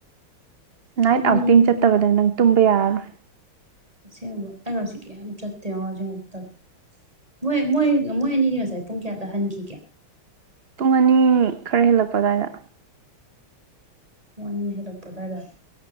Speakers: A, on the right; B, on the right.
A: ꯅꯥꯏꯠ
B: ꯎꯝ
A: ꯑꯥꯎꯇꯤꯡ ꯆꯠꯇꯕꯗ ꯅꯪ ꯇꯨꯝꯕ ꯌꯥꯔꯔꯣꯏ
B: ꯑꯁꯦꯡꯕ ꯑꯩꯩꯅꯁꯤ ꯀꯦ ꯆꯠꯇꯦꯣꯖꯛꯇ ꯃꯣꯏ ꯃꯣꯏ ꯃꯣꯏ ꯑꯅꯤꯅꯤ ꯉꯁꯥꯏ ꯄꯨꯡ ꯀꯌꯥꯗ ꯍꯟꯈꯤꯒꯦ
A: ꯄꯨꯡ ꯑꯅꯤ ꯈꯔ ꯍꯦꯜꯂꯛꯄ ꯑꯗꯨꯋꯥꯏꯗ
B: ꯋꯥꯟ ꯌꯔ ꯍꯩꯂꯛꯄ ꯑꯗꯨꯋꯥꯏꯗ